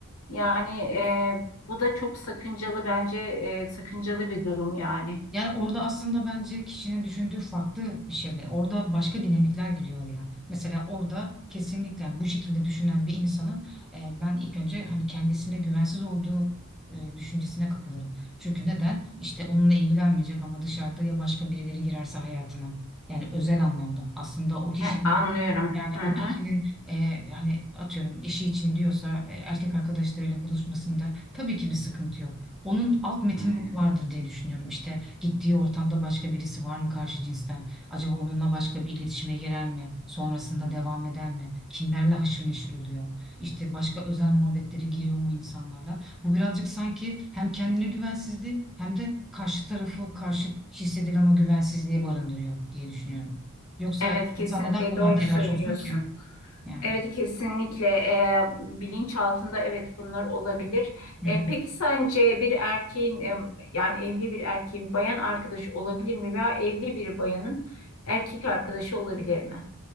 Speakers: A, on the left; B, in the centre.
A: Yani e, bu da çok sakıncalı bence e, sakıncalı bir durum yani.
B: Yani orada aslında bence kişinin düşündüğü farklı bir şeyler. Orada başka dinamikler giriyor ya. Mesela orada kesinlikle bu şekilde düşünen bir insanın e, ben ilk önce hani kendisine güvensiz olduğu e, düşüncesine kapılırım. Çünkü neden? İşte onunla ilgilenmeyecek ama dışarıda ya başka birileri girerse hayatına. Yani özel anlamda. Aslında o kişinin
A: He, anlıyorum.
B: yani
A: Hı
B: o
A: hı.
B: kişinin e, hani atıyorum eşi için diyorsa e, erkek arkadaşlarıyla buluşmasında tabii ki bir sıkıntı yok. Onun alt metinleri
A: Hı hı.
B: vardır diye düşünüyorum. İşte Gittiği ortamda başka birisi var mı karşı cinsten? Acaba onunla başka bir iletişime girer mi? Sonrasında devam eder mi? Kimlerle haşır neşir oluyor? İşte başka özel muhabbetlere giriyor mu insanlarla? Bu birazcık sanki hem kendine güvensizliği hem de karşı tarafı karşı hissedilen o güvensizliği barındırıyor diye düşünüyorum. Yoksa
A: Evet kesinlikle
B: insan neden bundan
A: doğru
B: telaş
A: söylüyorsun.
B: olsun ki? Yani.
A: Evet kesinlikle e, bilinç altında evet bunlar olabilir.
B: Hı
A: E,
B: hı.
A: peki sence bir erkeğin e, yani evli bir erkeğin bayan arkadaşı olabilir mi veya evli bir bayanın erkek arkadaşı olabilir mi?